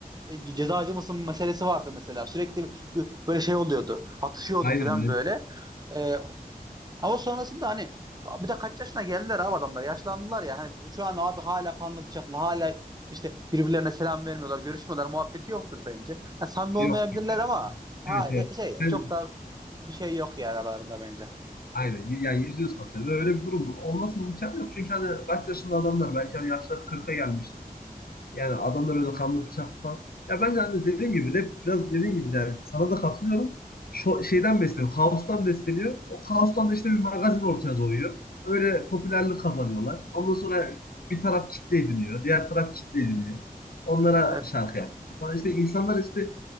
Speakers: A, on the right; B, on the left.
A: e, ce- cezacı mısın meselesi vardı mesela. Sürekli bir- bir- böyle şey oluyordu. Atışıyorduk
B: Aynen
A: falan
B: aynen.
A: böyle. E, ama sonrasında hani bir de kaç yaşına geldiler abi adamlar. Yaşlandılar ya. Hani şu an abi hala kanlı bıçaklı hala işte birbirlerine selam vermiyorlar, görüşmüyorlar. Muhabbeti yoktur bence. Ha, samimi olmayabilirler
B: Yok.
A: ama ha,
B: Evet evet.
A: e, şey
B: Ben-
A: çok da bir şey yok yani aralarında bence.
B: Aynen. Yani yüzde yüz katılıyorum. Öyle bir durum olmasının imkanı yok. Çünkü hani kaç yaşında adamlar belki hani yaşları kırk'a gelmiştir. Yani adamlar öyle kanlı bıçak falan. Ya bence hani dediğim gibi rap biraz dediğim gibi yani sana da katılıyorum. Şu, şeyden besleniyor. Kaostan besleniyor. O kaostan da işte bir magazin ortaya doğuyor. Öyle popülerlik kazanıyorlar. Ondan sonra bir taraf kitle ediniyor. Diğer taraf kitle ediniyor. Onlara
A: Evet.
B: şarkı yapıyor. Falan işte insanlar işte